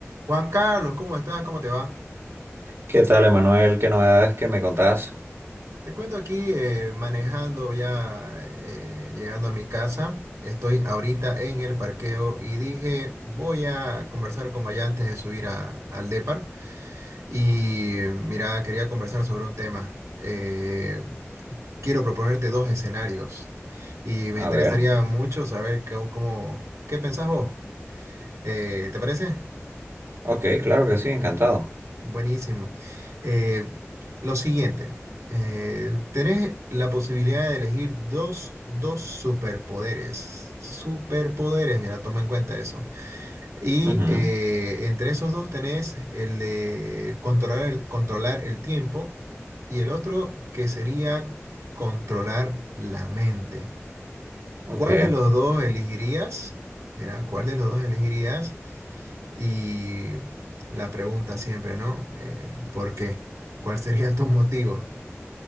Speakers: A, on the right (about 85°); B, on the right (about 55°).
A: Juan Carlos, ¿cómo estás? ¿Cómo te va?
B: ¿Qué tal, Emanuel? ¿Qué novedades que me contás?
A: Te cuento aquí eh, manejando ya, eh, llegando a mi casa. Estoy ahorita en el parqueo y dije, voy a conversar con Maya antes de subir a- al Depar. Y eh, mira, quería conversar sobre un tema. Eh, quiero proponerte dos escenarios y me
B: A
A: interesaría
B: ver.
A: mucho saber cómo, cómo- qué pensás vos. Eh, ¿te parece?
B: Ok, claro que sí, encantado.
A: Buenísimo. Eh, lo siguiente, eh, tenés la posibilidad de elegir dos, dos superpoderes. Superpoderes, mira, toma en cuenta eso. Y
B: Ujú,
A: eh, entre esos dos tenés el de controlar el, controlar el tiempo y el otro que sería controlar la mente.
B: Ok.
A: ¿Cuál de los dos elegirías? Mira, ¿cuál de los dos elegirías? Y la pregunta siempre, ¿no? Eh, ¿por qué? ¿Cuál sería tu motivo?